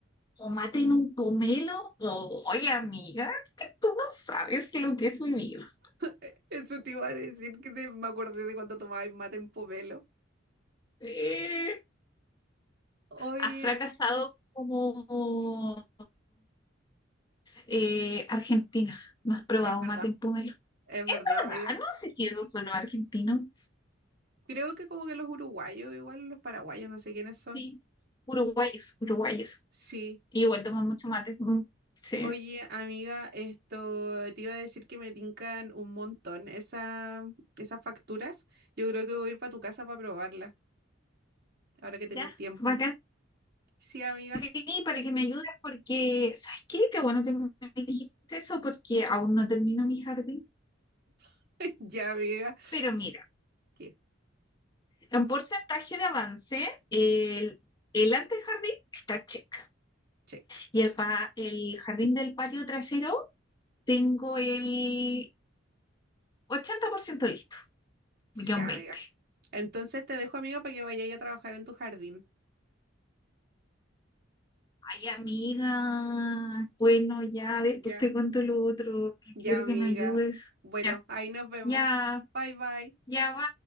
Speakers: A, on the left; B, on the right.
A: o mate en un pomelo. Oye, amiga, es que tú no sabes lo que es vivir.
B: Eh, Eso te iba a decir que te- me acordé de cuando tomabas mate en Pomelo.
A: Eh,
B: Oye,
A: has fracasado como eh, Argentina. No has probado
B: es
A: mate
B: verdad,
A: en pomelo.
B: es verdad,
A: ¿Verdad?
B: amiga.
A: No sé si es solo argentino.
B: Creo que como que los uruguayos, igual los paraguayos, no sé quiénes son.
A: Sí. Uruguayos, uruguayos.
B: Sí.
A: Igual toman mucho mate. Mm, Sí.
B: Oye, amiga, esto te iba a decir que me tincan un montón esa, esas facturas. Yo creo que voy a ir para tu casa para probarlas, ahora que tenéis
A: Ya,
B: tiempo.
A: bacán.
B: Sí, amiga.
A: Sí, para que me ayudes, porque, ¿sabes qué? Qué bueno que me dijiste eso, porque aún no termino mi jardín.
B: <laughs> Ya, amiga.
A: Pero mira,
B: ¿Qué?
A: en porcentaje de avance, el, el antejardín está check.
B: Check.
A: Y el, pa- el jardín del patio trasero, tengo el 80% listo.
B: Sí,
A: Me queda
B: amiga.
A: un 20%.
B: Entonces te dejo, amiga, para que vayáis a trabajar en tu jardín.
A: Ay, amiga. Bueno, ya,
B: Ya.
A: después te cuento lo otro, que
B: Ya,
A: quiero
B: amiga.
A: que me ayudes.
B: Bueno,
A: Ya,
B: ahí nos vemos.
A: ya,
B: Bye, bye.
A: ya va.